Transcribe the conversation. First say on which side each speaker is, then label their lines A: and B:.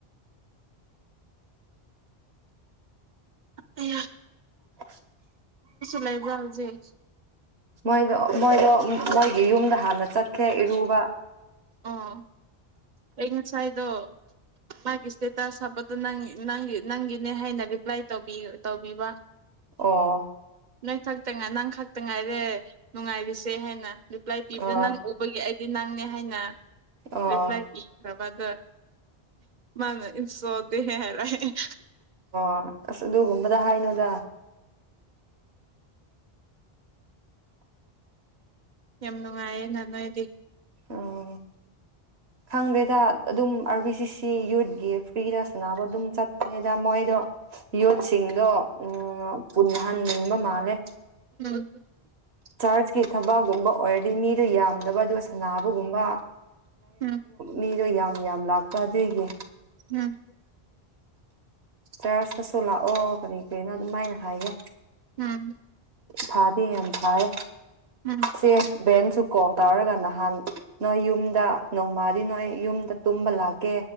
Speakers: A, on the right; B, on the right.
A: ꯑ <unintelligible>
B: <unintelligible>
A: ꯂꯩꯥꯏꯕ꯭ꯔꯥ ꯍꯧꯖꯤꯛ
B: ꯃꯣꯏꯗꯣ ꯃꯣꯏꯗꯣ ꯃꯣꯏꯒꯤ ꯌꯨꯝꯗ ꯍꯥꯟꯅ ꯆꯠꯈ꯭ꯔꯦ ꯏꯔꯨꯕ
A: ꯑꯣ ꯑꯩ ꯉꯁꯥꯏꯗꯣ ꯃꯥꯒꯤ ꯏꯁꯇꯦꯇꯥꯁ ꯍꯥꯞꯄꯗꯨ ꯅꯪ ꯅꯪꯒꯤꯅꯦ ꯍꯥꯏꯅ ꯔꯤꯄ꯭ꯂꯥꯏ ꯇꯧꯕꯤꯕ
B: ꯑꯣ
A: ꯅꯣ ꯈꯛꯇ ꯅꯪ ꯈꯛꯇ ꯉꯥꯏꯔꯦ ꯅꯨꯡꯉꯥꯏꯔꯤꯁꯦ ꯍꯥꯏꯅ ꯔꯤꯄ꯭ꯂꯥꯏ ꯄꯤꯕꯗ
B: ꯑ
A: ꯅꯪ ꯎꯕꯒꯤ ꯑꯩ ꯗꯤ ꯅꯪꯅꯦ ꯍꯥꯏꯅ
B: ꯑ ꯑꯣ
A: ꯔꯤꯄ꯭ꯂꯥꯏ ꯄꯤꯈ꯭ꯔꯕ ꯗ ꯃꯥ ꯏꯁꯨ ꯗꯦꯍꯦ ꯍꯥꯏꯔ <unintelligible>
B: ꯑꯣ ꯑꯁ ꯑꯗꯨꯒꯝꯕꯗ ꯍꯥꯏꯅꯣꯗ
A: ꯌꯝ ꯅꯨꯡꯉꯥꯏꯌꯦꯅ ꯅꯣꯏꯗꯤ
B: ꯑꯣ ꯈꯪꯗꯦꯗ ꯑꯗꯨꯝ ꯑꯥꯔꯕꯤ ꯁꯤ ꯁꯤ ꯌꯨꯠꯒꯤ ꯐ꯭ꯔꯤꯗ ꯁꯥꯟꯅꯕ ꯑꯗꯨꯝ ꯆꯠꯇꯄꯅꯤꯗ ꯃꯣꯏ ꯑꯩꯗꯣ ꯌꯣꯠꯁꯤꯡꯗꯣ ꯎꯝ ꯄꯨꯟꯍꯟꯅꯤꯡꯕ ꯃꯥꯜꯂꯦ
A: ꯎꯝ
B: ꯆꯔꯆꯀꯤ ꯊꯕꯛꯒꯨꯝꯕ ꯑꯣꯏꯔꯗꯤ ꯃꯤꯗꯣ ꯌꯥꯝꯗꯕ ꯑꯗꯨꯒ ꯁꯅꯥꯕꯒꯨꯝꯕ
A: ꯎꯝ
B: ꯃꯤꯗꯣ ꯌꯥꯝ ꯌꯥꯝ ꯂꯥꯛꯄ ꯑꯗꯨꯏꯒꯤ
A: ꯎꯝ
B: ꯆꯔꯆꯇꯁꯨ ꯂꯥꯛꯑꯣ ꯀꯔꯤ ꯀꯔꯤꯅꯣ ꯑꯗꯨꯃꯥꯏꯅ ꯍꯥꯏꯌꯦ
A: ꯎꯝ ꯎꯝ
B: ꯊꯥꯗꯤ ꯌꯥꯝ ꯊꯥꯌꯦ
A: ꯎꯝ
B: ꯆꯦꯆ ꯕꯦꯟꯁꯨ ꯀꯣꯜ ꯇꯧꯔꯒ ꯅꯍꯥꯟ ꯅꯣꯏ ꯌꯨꯝꯗ ꯅꯣꯡꯃꯗꯤ ꯅꯣꯏ ꯌꯨꯝꯗ ꯇꯨꯝꯕ ꯂꯥꯛꯀꯦ